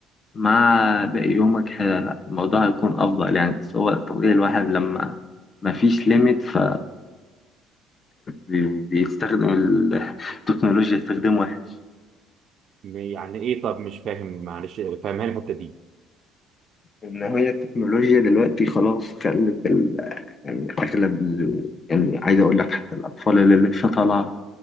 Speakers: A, on the left; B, on the right.
A: مع باقي يومك ح- الموضوع هيكون أفضل يعني بس هو طبيعي الواحد لما ما فيش ليميت ف بي- بيستخدم ال- التكنولوجيا استخدام واحد
B: يعني ايه طب مش فاهم معلش فاهمها لي الحته دي
A: إن هي التكنولوجيا دلوقتي خلاص خلت ال... يعني أغلب ال- يعني عايز أقول لك حتى الأطفال اللي لسه طالعة